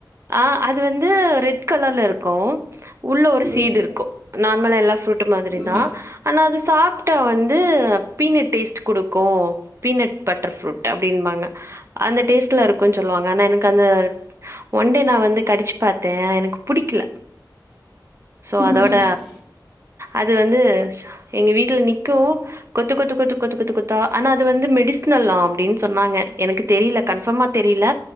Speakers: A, on the right; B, in the centre.
A: ஆ அது வந்து ரெட் கலர்ல இருக்கு உள்ள ஒரு
B: ம்
A: சீடு இருக்கு நார்மலா எல்லா ஃப்ரூட்டு மாதிரி
B: ம்
A: தா ஆனா அது சாப்ட்டா வந்து பீனட் டேஸ்ட்டு குடுக்கு பீனட் பட்டர் ஃப்ரூட் அப்படின்பாங்க அந்த டேஸ்ட்ல இருக்குன்னு சொல்லுவாங்க ஆனா எனக்கு அந்த ஒன்டே நா வந்து கடிச்சு பாத்தே எனக்கு பிடிக்கல சோ
B: ம்
A: அதோட அது வந்து எங்க வீட்ல நிக்கு கொத்து கொத்து கொத்து கொத்து கொத்து கொத்தா ஆனா அது வந்து மெடிசினலா அப்டின்னு சொன்னாங்க எனக்கு தெரியல கன்ஃபர்மா தெரியல